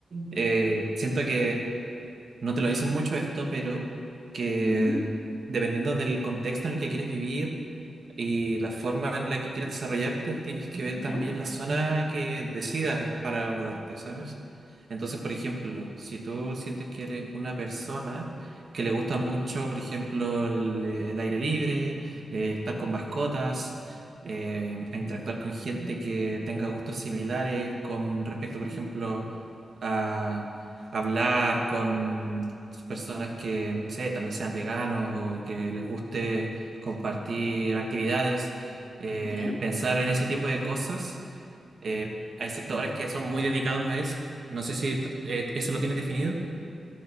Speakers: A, on the right; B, on the left.
A: eh, siento que no te lo dicen mucho esto, pero que
B: Ujú,
A: dependiendo del contexto en el que quieres vivir, Y la forma en la que quieras desarrollarte, tienes que ver
B: ¿Ya?
A: también la zona que decidas para mudarte, ¿sabes? Entonces, por ejemplo, si tú sientes que eres una persona que le gusta mucho, por ejemplo, el, el aire libre, eh, estar con mascotas, eh, interactuar con gente que tenga gustos similares con respecto, por ejemplo, a hablar con personas que, no sé, tal vez sean veganos o que les guste compartir actividades, eh,
B: ¿Ya?
A: pensar en ese tipo de cosas. Eh, hay sectores que son muy dedicados a eso. No sé si t- eh, eso lo tienes definido.